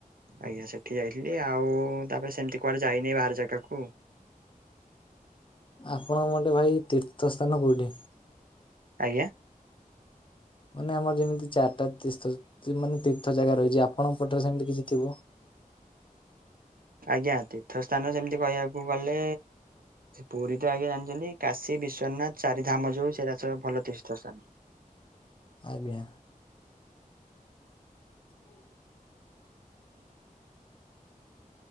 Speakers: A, on the right; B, on the left.
A: ଆଜ୍ଞା ସେଠି ଯାଇଥିଲି ଆଉ ତାପରେ ସେମିତି କୁଆଡେ ଯାଇନି ବାହାର ଜାଗାକୁ।
B: ଆପଣଙ୍କ ମୋଟେ ଭାଇ ତୀର୍ଥସ୍ଥାନ କୋଉଠି?
A: ଆଜ୍ଞା।
B: ମାନେ ଆମର ଯେମିତି ଚାରଟା ତୀସ୍ର୍ଥ ତୀ ମାନେ ତୀର୍ଥ ଜାଗା ରହିଛି ଆପଣଙ୍କ ପଟରେ ସେମିତି କିଛି ଥିବ?
A: ଆଜ୍ଞା ତୀର୍ଥ ସ୍ଥାନ ସେମିତି କହିବାକୁ ଗଲେ ପୁରୀ ତ ଆଜ୍ଞା ଜାନ୍ଚନ୍ତି। କାଶୀ ବିଶ୍ୱନାଥ ଚାରି ଧାମ ଯୋଉ ସେରା ସବୁ ଭଲ ତୀର୍ଥ ସ୍ଥାନ।
B: ଆଜ୍ଞା। <inaudible>